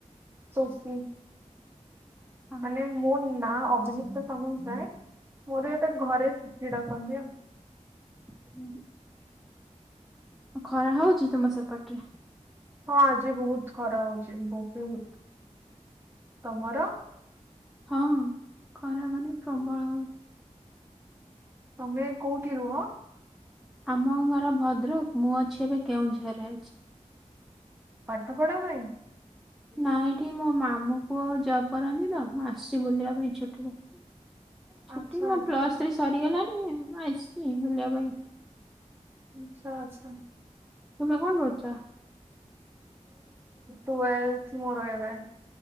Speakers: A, on the right; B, in the centre.
A: ସୁଫି।
B: <inaudible>
A: ମାନେ ମୋ ନାଁ ଅଭିଲିପ୍ତା ସାମନ୍ତରାଏ, ମୋର ଏଟା ଘରେ ସୁଫି ଡାକନ୍ତି ଆଉ
B: <unintelligible> ଖରା ହଉଛି ତମ ସେପଟରେ?
A: ହଁ ଆଜି ବହୁତ ଖରା ହଉଛି, ବହୁତ, ତମର?
B: ହଁ ଖରା ମାନେ ପ୍ରବଳ ହଉଛି।
A: ତମେ କୋଉଠି ରୁହ?
B: ଆମ ଘର ଭଦ୍ରକ। ମୁଁ ଅଛି ଏବେ କେଉଁଝରରେ ଅଛି।
A: ପାଠ ପଢା ପାଇଁ
B: ନାଇଁ ଏଠି ମୋ ମାମୁଁ ପୁଅ ଜବ୍ କରନ୍ତି ତ ମୁଁ ଆସିଛି ବୁଲିବା ପାଇଁ ଛୁଟିରେ ଛୁଟି
A: ଆଚ୍ଛା
B: ମୋ
A: ଆଚ୍ଛା
B: ପ୍ଲସ ଥ୍ରୀ ସରିଗଲାଣି ମୁଁ ଆସିଛି ବୁଲିବା ପାଇଁ।
A: ଆଚ୍ଛା ଆଚ୍ଛା।
B: ତୁମେ କଣ କରୁଛ?
A: ଟୁୱେଲଥ ମୋର ଏବେ